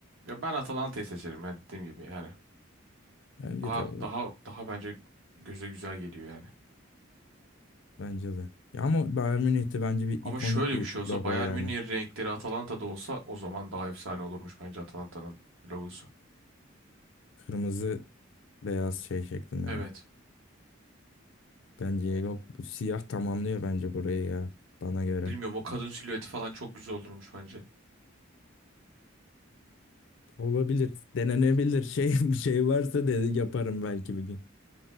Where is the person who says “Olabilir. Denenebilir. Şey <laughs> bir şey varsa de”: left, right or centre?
Left